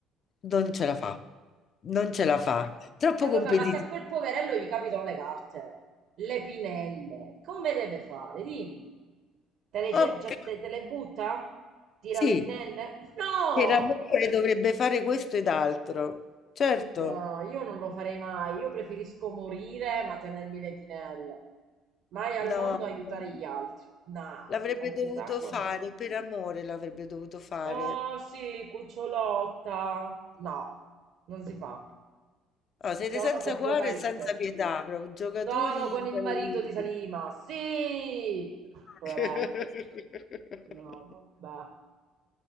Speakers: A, on the left; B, on the right.
A: Non ce la fa, non ce la fa, troppo
B: E vabbè,
A: competitivo.
B: ma se a quel poverello gli capitano le carte, le pinelle, come deve fare? Dimmi. Te le,
A: Ok,
B: ce- già- te- te le butta? Tira
A: sì,
B: le pinelle? No!
A: per amore dovrebbe fare questo ed altro, certo.
B: No, io non lo farei mai. Io preferisco morire ma tenermi le pinelle. Mai al
A: No,
B: mondo aiutare
A: no.
B: gli altri. No,
A: L'avrebbe
B: al burraco
A: dovuto fare,
B: no.
A: per amore l'avrebbe dovuto fare.
B: Oh sì, cucciolotta. No, non si fa.
A: No, siete
B: Sono
A: senza
B: con
A: cuore
B: tuo marito.
A: e senza pietà, proprio giocatori
B: Sono con
A: incalliti.
B: il marito di Salima. Sì!
A: <laughs>
B: Poverello. No, vabbè.